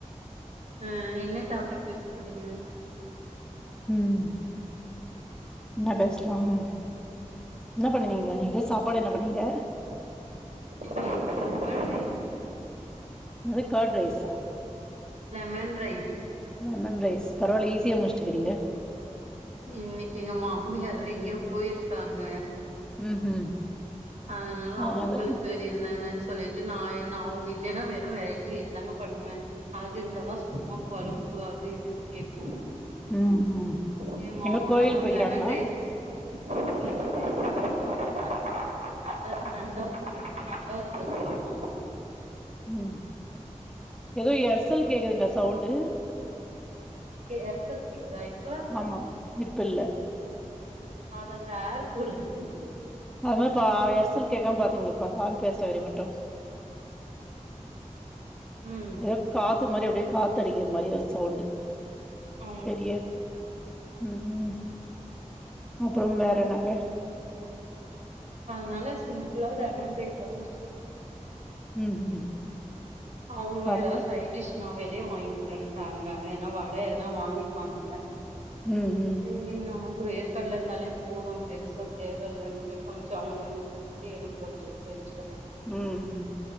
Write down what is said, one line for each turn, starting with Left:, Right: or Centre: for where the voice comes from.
Right: ம் என்ன டாபிக் பேச போறிங்க
Centre: ம் இன்னா பேசலாம் இன்னா பண்னுவிங்க நீங்க சாப்பாடு என்ன பண்ணீங்க
Right: இன்னைக்கு லெமன் ரைஸ்ங்க
Centre: என்னது கார்ட் ரைஸா
Right: லெமன் ரைஸ்
Centre: லெமன் ரைஸ் பரவால்ல ஈஸியா முஷ்டுகிறிங்க
Right: இன்னிக்கு எங்க மாமியார் எங்கோ போயிருக்காங்க
Centre: ம் ம்
Right: அதனால
Centre: ஆ
Right: அவுங்களுக்கு
Centre: நல்லது
Right: அது என்னென்னான்னு சொல்லிட்டு நா அவுங்க இல்லன்னா வெறு வெரைட்டி ரைஸ் தாங்க பண்ணுவே அது இருந்தா தா சும்மா கொழம்பு அது இதுன்னு கேக்கு
Centre: ம் ம்
Right: எயா மாமனாரு
Centre: எங்க கோயில் போய்க்கிறாங்களா
Right: லெமன் ரைஸா இல்லல்ல இத்தா அது இருந்தா தா <inaudible> ரெண்டாது முற செய்வோ
Centre: ம் ஏதோ எர்சல் கேக்குதுங்க சவுண்டு
Right: ஏர்செல் கேக்குதா இப்ப
Centre: ஆமா இப்பல்ல
Right: அது அந்த ஏர் கூலர்
Centre: அதாபா எர்செல் கேக்காம பாத்துகுங்கப்பா கால் பேசற வெற மட்டு
Right: ம்
Centre: அப்டே காத்து மாரி அப்டியே காத்து அடிக்கிற மாரி ஒரு சவுண்ட்
Right: ம்
Centre: பெரிய ம் அப்பறம் வேற என்னங்க
Right: அதனால சிம்பளா லெமன் ரைஸ் ஒட முடிச்
Centre: ம் ம்
Right: அவுங்களு
Centre: பரவா
Right: ஏதாது சைட் டிஷ் நா வெளிய வாங்கிறேன்டாங்க ஏன்னா வட எதனா வாங்கிப்பாங்க
Centre: ம் ம்
Right: செரி நமக்கு வேர்க்கடல இருந்தாலே போது பெருசா தேவல்லன்டு கொஞ்சோ அவுங்களுக்கு துட்டு எனக்கு கொஞ்சோ எடுத் வெச்சிட்டேங்க
Centre: ம்